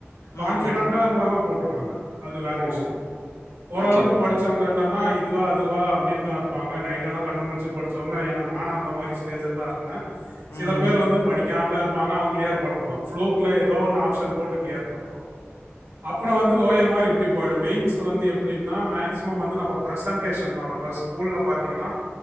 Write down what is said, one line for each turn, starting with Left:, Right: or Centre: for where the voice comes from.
Right: கான்பிடன்டா
Left: ம்ஹ்ம்.
Right: இருக்கறவங்க போட் ட்ருவாங்க அது வேற
Left: ஓ!
Right: விஷ்ய ஓரளவுக்கு
Left: ஓகே, ஓகே.
Right: படிச்சவங்க என்னன்னா இ இதுவா அதுவா அப்டின்னுதா இருப்பாங்க நைட்டெல்லா கண்ணு முழிச்சி படிச்சவங்க ஏன்னா நானு அந்த மாரி ஸ்டேஜ் எல்லா இருந்தே சில
Left: ம்ஹ்ம்.
Right: பேர் வந்து படிக் கம்ல இருப்பாங்க அவ கிளியர் பண் ணுவா ஃப்ளோக்ல ஏதோ ஒன் ஆப்ஸ் ன் போட்டு கிளியர் பண்றுவா அப்புறம் வந்து ஓ எம் ஆர் இப்டி போயிடும் மெய்ன்ஸ் வந்து எப்டின்னா மேக்ஸிமம் வந்து நா ப ப்ரஸன்டேசன் நம்ப ஸ்கூல்ல பாத்தீங்கன்னா